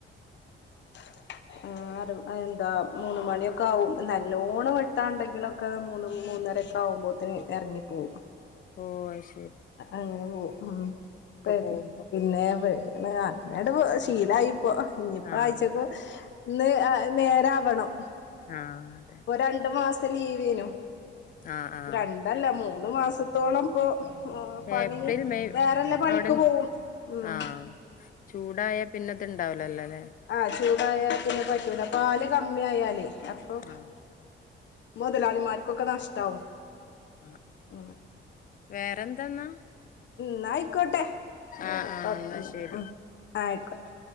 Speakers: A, on the left; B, on the left.
A: <unintelligible> ആ എന്താ മൂന്ന് മണിയൊക്കെ ആവും. നല്ലോണം വെട്ടാ ഉണ്ടെങ്കിലൊക്കെ മൂന്ന് മൂ ന്നറൊക്കെ ആകുമ്പോത്തിന് ഇറങ്ങിപ്പോകവും
B: ഓ അശ്ശരി
A: അങ്ങനെ പോവും ഉ പേടി
B: പോകുമ്പോ
A: പിന്നെ പേടി അല്ലാണ്ട് ശീലയിപ്പോ ഇനിയിപ്പോ
B: ആഹ്
A: ആഴച്ചക്ക ന്ന് നേരവണം
B: ആഹ് അതെ
A: ഇപ്പൊ രണ്ടു മാസം ലീവ്യനു
B: ആഹ് ആഹ്
A: രണ്ടല്ല മൂന്നു മാസത്തോളം ഇപ്പൊ, പണി
B: ഏപ്രിൽ മെയ്
A: വേറെല്ല പണിക്ക്
B: അവിടെന്ന്
A: പോവും ഉം
B: ആഹ് ചൂടായ പിന്നെ ഇണ്ടാവലല്ലേ
A: ആഹ് ചൂടായാൽ പിന്നെ പറ്റൂല്ല പാല് കമ്മി ആയാലേ അപ്പൊ,
B: ആഹ്
A: മുതലാളിമാർക്കൊക്കെ നഷ്ടാവും.
B: ആ
A: ഉം
B: വേറെന്തെന്നാ?
A: ഉം ആയിക്കോട്ടെ വറെ
B: ആഹ് ആഹ്
A: പത്തൊ
B: എന്നാ ശരി
A: ഉ ആയിക്കോട്ടെ